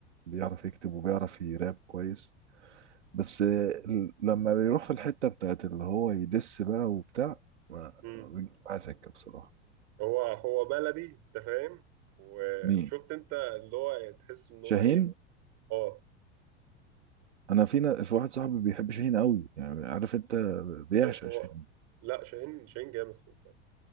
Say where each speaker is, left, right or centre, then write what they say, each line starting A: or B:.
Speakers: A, on the right (about 90°); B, on the right (about 55°).
A: بيعرف يكتب وبيعرف يراب كويس بس ال- لما بيروح في الحتة بتاعت اللي هو يدس بقى وبتاع ما
B: امم
A: ما بيجيش معاه سكة بصراحة
B: هو هو بلدي انت فاهم وشفت
A: مين
B: انت اللي هو تحس ان
A: شاهين
B: هو ايه اه
A: انا فينا في واحد صاحبي بيحب شاهين قوي يعني عارف انت بيعشق
B: هو هو
A: شاهين
B: لا شاهين شاهين جامد خد بالك.